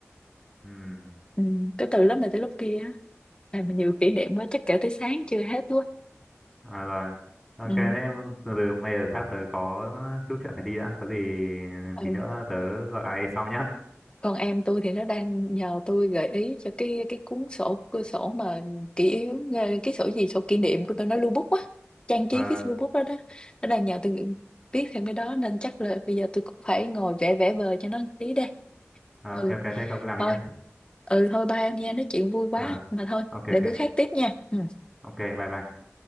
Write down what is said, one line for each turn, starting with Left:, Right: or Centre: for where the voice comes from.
Centre: Ừ,
Left: Ừ, cái từ lớp này tới lớp kia á. À, mà nhiều kỷ niệm quá chắc kể tới sáng chưa hết quá
Centre: à, rồi. Ok,
Left: Ừ.
Centre: thế từ từ bây giờ chắc tớ có chút chuyện phải đi đã. Có gì
Left: Ừ.
Centre: thì nữa tớ gọi lại sau nhá.
Left: Còn em tôi thì nó đang nhờ tôi gợi ý cho cái cái cuốn sổ cái sổ mà kỷ yếu ờ, cái sổ gì sổ kỷ niệm của tôi nó lưu bút á trang trí
Centre: Ờ,
Left: cái lưu bút đó đó nó đang nhờ tôi viết thêm cái đó nên chắc là bây giờ tôi cũng phải ngồi vẽ vẽ vời cho nó tí đây
Centre: ờ,
Left: ừ
Centre: ok ok, thế cậu cứ làm
Left: thôi
Centre: đi nhá.
Left: ừ thôi ba em nha nói chuyện vui quá
Centre: Ờ,
Left: mà thôi
Centre: ok ok,
Left: để bữa khác tiếp nha ừ.
Centre: ok, bye bye.